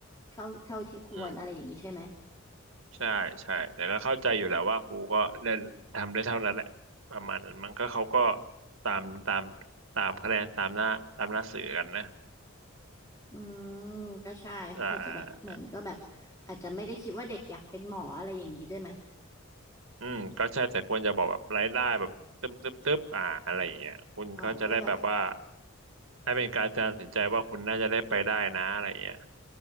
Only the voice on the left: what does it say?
เท่าเท่าที่ควรอะไรอย่างนี้ใช่ไหม
อืมก็ใช่เขาอาจจะแบบเหมือนก็แบบอาจจะไม่ได้คิดว่าเด็กอยากเป็นหมออะไรอย่างนี้ด้วยไหม
อ๋อเพื่อแบบ